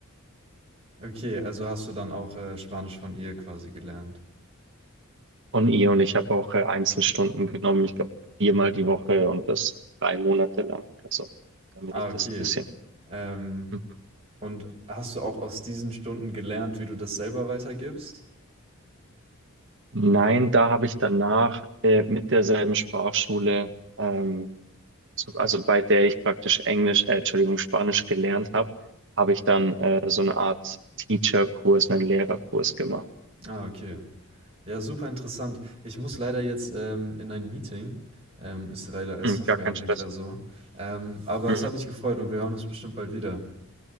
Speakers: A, on the right (about 30°); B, on the right (about 60°).
A: okay, also hast du dann auch äh, Spanisch von ihr quasi gelernt.
B: von ihr und ich habe auch äh, Einzelstunden genommen, ich glaube viermal die Woche und das drei Monate lang oder so, damit
A: Ah,
B: ich
A: okay.
B: das ein bisschen.
A: Ähm,
B: Mhm.
A: Und hast du auch aus diesen Stunden gelernt, wie du das selber weitergibst?
B: Nein, da habe ich danach äh, mit derselben Sprachschule, ähm, so, also bei der ich praktisch Englisch, äh, Entschuldigung, Spanisch gelernt habe, habe ich dann äh, so eine Art Teacher-Kurs, einen Lehrerkurs gemacht.
A: Ah, okay. Ja, super interessant. Ich muss leider jetzt ähm, in ein Meeting. Ähm, ist leider als
B: Mhm,
A: Softwareentwickler
B: gar kein Stress.
A: so. Ähm, aber
B: Mhm,
A: es hat mich gefreut und wir hören uns bestimmt bald wieder.